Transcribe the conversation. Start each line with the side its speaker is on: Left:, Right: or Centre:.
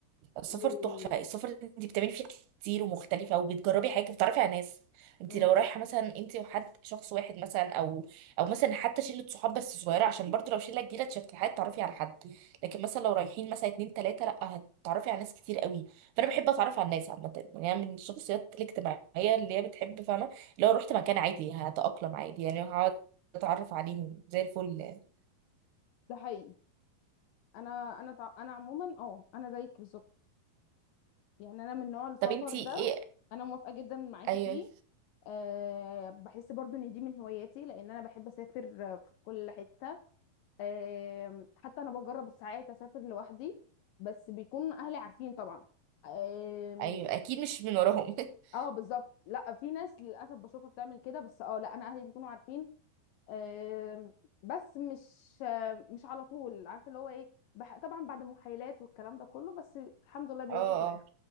Right: السفر
Left: و
Right: تحفه السفر انت بتعملي فيه حاجات كتير ومختلفه وبتجربي حاجه بتتعرفي على ناس انت
Left: مم.
Right: لو رايحه مثلا انت وحد شخص واحد مثلا او او مثلا حتى شله صحاب بس صغيره عشان برضو لو شله كبيره تشكل تعرفي على حد لكن مثلا لو رايحين مثلا اتنين تلاته لا هتتعرفي على ناس كتير قوي فانا بحب اتعرف على الناس عامه يعني انا من الشخصيات الاجتماعيه اللي هي بتحب فاهمه لو رحت مكان عادي هتاقلم عادي يعني هقعد اتعرف عليهم زي الفل يعني.
Left: ده حقيقي أنا أنا تع... أنا عموما أه أنا زيك بالظبط يعني أنا من نوع السفر
Right: طب انت
Left: ده
Right: ايه
Left: أنا موافقة جدا معاكي
Right: ايوه
Left: فيه أه بحس برضو إن دي من هواياتي لأن أنا بحب أسافر في كل حتة آم، حتى انا بجرب ساعات اسافر لوحدي بس بيكون اهلي عارفين طبعا آم،
Right: ايوه اكيد مش من وراهم <laughs>
Left: اه بالظبط لا في ناس للاسف بشوفها بتعمل كده بس اه لا انا اهلي بيكونوا عارفين آم، بس مش آم، مش على طول عارفه اللي هو ايه بح... طبعا بعد محايلات والكلام ده كله بس الحمد لله بيوافقوا
Right: اه
Left: في الاخر
Right: اه